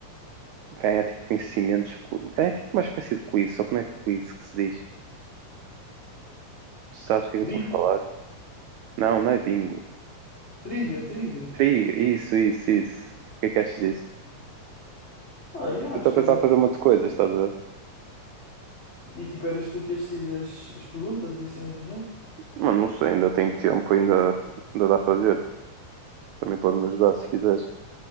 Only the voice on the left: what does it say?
Tri-
Trivia, trivia.
Ah, yeah,
acho
que
era.
E tipo, eras tu que ias decidir as, as perguntas e cenas do género.